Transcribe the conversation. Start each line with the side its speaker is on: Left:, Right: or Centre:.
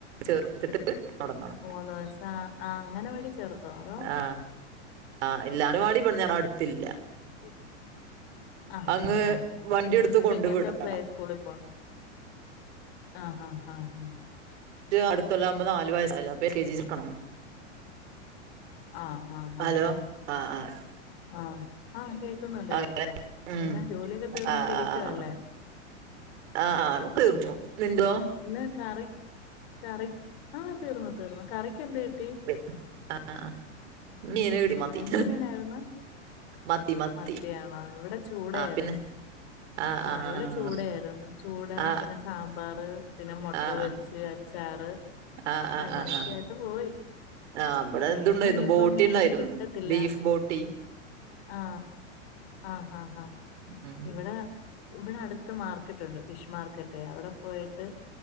Right: ചേർത്ട്ട്ട്ട് തൊടങ്ങണം
Left: മൂന്ന് ദിവസ ആ അംഗൻവാടി ചേർത്തോ അതോ
Right: ആഹ് ആഹ് എല്ലാരും വളി പ്ട്ന്നാ ഞങ്ങളട്ത്തില്ല
Left: <inaudible> ആ
Right: അങ്ങ്
Left: ആ ആ
Right: വണ്ടി എടുത്ത്
Left: അപ്പൊ
Right: കൊണ്ട്
Left: ഇന്ന് എന്താ
Right: വിടണം
Left: പ്ലേ സ്കൂളിൽ പോണോ ആ ആ ആ ഉം
Right: അടുത്ത കൊല്ലയാവുമ്പോ നാല് വയസായില്ല അപ്പൊ എൽക ജി ഇരുത്തണം
Left: ആഹ് ആഹ്
Right: ഹലോ
Left: ആ
Right: ആഹ് ആഹ്
Left: ആ ആ കേൾക്കുന്നുണ്ട്
Right: ആഹ്
Left: കേൾക്കുന്നുണ്ട്
Right: ഉം
Left: പിന്നെ ജോലിയൊക്കെ തീർന്നിട്ട്
Right: ആഹ്
Left: ഇരിക്കുവാ
Right: ആഹ്
Left: അല്ലേ
Right: ആഹ് ആഹ്
Left: ഉം
Right: ഒക്കെ തീർന്നു നിന്റോ
Left: പിന്നെ കറി കറി ആ തീർന്നു തീർന്നു കറിയ്ക്ക് എന്ത് കിട്ടി
Right: ആഹ് ആഹ് മീന് കിട്ടി
Left: ആ
Right: മത്തി
Left: എന്ത് മീനായിരുന്നു
Right: മത്തി മത്തി
Left: മത്തിയാണോ ഇവിടെ ചൂടയായിരുന്നു
Right: ആഹ് പിന്നെ ആഹ്
Left: ആ
Right: ആഹ്
Left: ഇവിടെ ചൂടയായിരുന്നു ചൂടാ
Right: ആഹ്
Left: പിന്നെ സാമ്പാർ പിന്നെ മുട്ട
Right: ആഹ്
Left: പൊരിച്ച് അച്ചാർ
Right: ആഹ് ആഹ്
Left: അങ്ങനെയൊക്കെ
Right: ആഹ് ആഹ്
Left: ആയിട്ട് പോയി
Right: ആഹ് ഇവിടെ
Left: ആ
Right: ഇതുണ്ടായിരുന്നു
Left: ഇന്ന് ഇനിയിപ്പോ
Right: ബോട്ടി
Left: മീൻ
Right: ഉണ്ടായിരുന്നു
Left: കിട്ടത്തില്ല
Right: ബീഫ് ബോട്ടി
Left: ആ ആഹ് ആഹ്
Right: ഉം
Left: ഇവിടെ ഇവിടെ അടുത്ത് മാർക്കറ്റ് ഉണ്ട് ഫിഷ് മാർക്കറ്റ് അവിടെ പോയിട്ട്